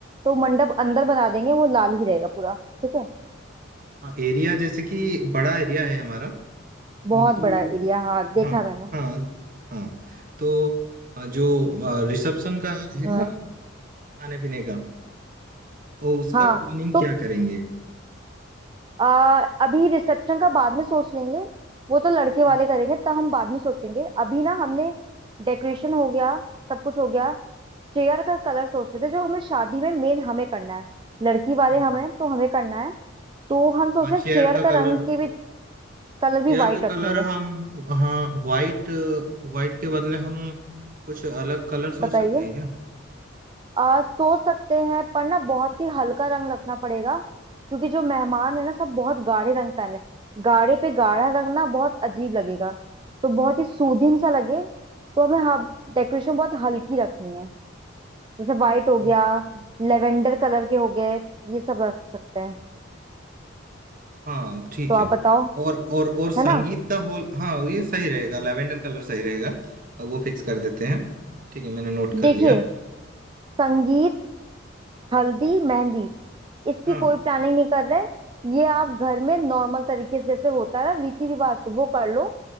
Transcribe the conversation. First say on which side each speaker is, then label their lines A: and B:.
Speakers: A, on the right (about 25°); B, on the right (about 45°).
A: तो मंडप अंदर बना देंगे वो लाल ही रहेगा पूरा ठीक है
B: हाँ एरिया जैसे कि बड़ा एरिया है हमारा हम्म,
A: बहुत
B: तो
A: बड़ा एरिया हाँ देखा
B: हाँ
A: मैंने
B: हाँ हाँ तो अ, जो रिसेप्शन का है
A: हम्म
B: ना खाने पीने का ओ, उसका
A: हाँ
B: प्लानिंग
A: तो
B: क्या करेंगे
A: आ, अभी रिसेप्शन का बाद में सोच लेंगे वो तो लड़के वाले
B: हम्म,
A: करेंगे तब हम बाद में सोचेंगे अभी ना हमने डेकोरेशन हो गया सब कुछ हो गया चेयर का कलर सोच रहे थे जो हमें शादी में मेन हमें करना है लड़की वाले
B: हम्म,
A: हमें तो हमें करना है तो हम सोच
B: हाँ
A: रहे हैं
B: चेयर
A: चेयर
B: का
A: का
B: कलर
A: रंग की भी कलर भी
B: चेयर
A: वाइट
B: का
A: रखेंगे
B: कलर हम हाँ वाइट वाइट के बदले हम कुछ अलग कलर सोच
A: बताइए
B: सकते हैं क्या
A: आ सोच सकते हैं पर ना बहुत ही हल्का रंग रखना पड़ेगा क्योंकि जो मेहमान है ना सब बहुत गाढ़े रंग पहने गाढ़े पे गाढ़ा रंग ना बहुत अजीब लगेगा तो बहुत ही सूदिंग सा लगे तो हमें हाँ डेकोरेशन बहुत हल्की रखनी है जैसे वाइट हो
B: हम्म।
A: गया लेवेंडर कलर के हो गए ये सब रख सकते हैं
B: हाँ ठीक
A: तो आप
B: है
A: बताओ
B: और और और संगीत
A: है ना
B: का होल हाँ ये सही रहेगा लेवेंडर कलर सही रहेगा अब वो फिक्स कर देते हैं ठीक है मैंने नोट कर
A: देखिए
B: लिया
A: संगीत हल्दी मेहंदी इसकी
B: हाँ
A: कोई प्लानिंग नहीं कर रहे ये आप घर में नॉर्मल तरीके से जैसे होता है ना रीति रिवाज से वो कर लो